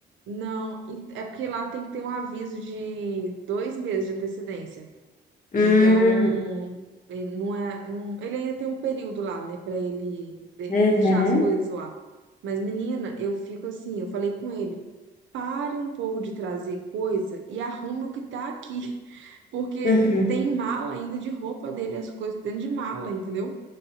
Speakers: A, on the right; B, on the left.
A: Não, en- é porque lá tem que ter um aviso de dois meses de antecedência.
B: Hum,
A: Então, ele não é, não- ele ainda tem um período lá, né, Pra ele de-
B: uhum,
A: deixar as coisas lá. Mas, menina, eu fico assim, eu falei com ele, pare um pouco de trazer coisa e arrume o que tá aqui. Porque
B: Uhum.
A: tem mala ainda de roupa dele, as coisas dentro de mala, entendeu?